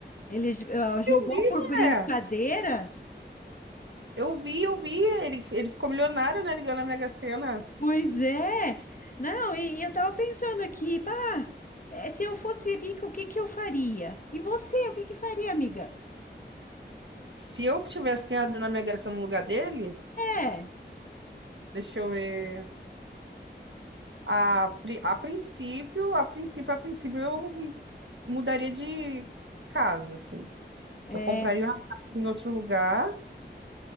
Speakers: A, on the left; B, on the right.
A: Ele j- ó, jogou
B: vi,
A: por brincadeira?
B: né? Eu vi, eu vi. Ele, ele ficou milionário, né? ligando ganhou na Mega Sena.
A: Pois é. Não, e e eu tava pensando aqui, pá, eh, se eu fosse rica, o que que eu faria? E você, o que que faria, amiga?
B: Se eu tivesse ganhado na Mega Sena no lugar dele,
A: É,
B: deixa eu ver. A, pri- a princípio, a princípio, a princípio, eu mudaria de casa, assim.
A: é.
B: Eu compraria uma casa em outro lugar,